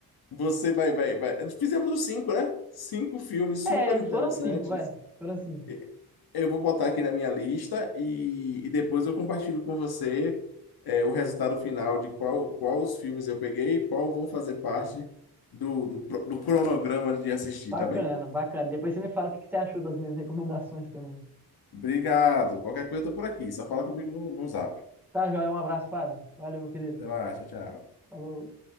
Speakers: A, on the left; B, in the centre.
A: você vai, vai, vai. Fizemos os cinco, né? Cinco filmes
B: É,
A: super interessantes.
B: foram cinco, vai. Foram cinco.
A: E- Eu vou botar aqui na minha lista e, e depois eu compartilho com você é, o resultado final de qual, qual os filmes eu peguei e qual vão fazer parte do, do, pro- do cronograma de assistir,
B: Bacana,
A: tá bem?
B: bacana. Depois você me fala o que que você achou das minhas recomendações também.
A: Obrigado. Qualquer coisa, eu tô por aqui. Só fala comigo no, no zap.
B: Tá, joia? Um abraço, Fábio. Valeu, meu querido.
A: Até mais, tchau, tchau.
B: Falou.